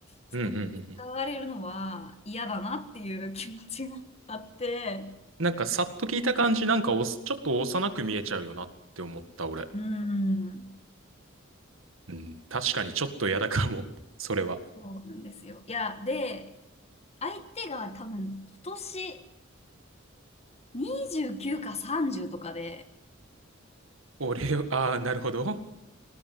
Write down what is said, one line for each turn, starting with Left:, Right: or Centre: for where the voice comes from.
Left: ちょっと使われるのは嫌だなっていう気持ちがあって、
Right: うんうんうんうん。なんかさっと聞いた感じ、なんかおすちょっと幼く見えちゃうよなって思った俺。
Left: うーん、
Right: うん、確かにちょっと嫌だかも、<laughs> それは。
Left: そうなんですよ。いや、で、相手が多分今年、29か30とかで、
Right: 俺を、ああ、なるほど。